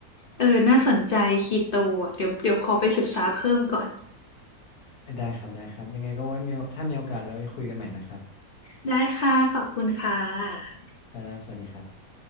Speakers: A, on the left (about 50°); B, on the left (about 80°).
A: เออน่าสนใจคีโตอ่ะเดี๋ยวเดี๋ยวขอไปศึกษาเพิ่มก่อน
B: ได้ครับได้ครับยังไงก็ไว้มีโอถ้ามีโอกาสเราไปคุยกันใหม่นะครับ
A: <laughs> ได้ค่ะขอบคุณค่ะ
B: ครับสวัสดีครับ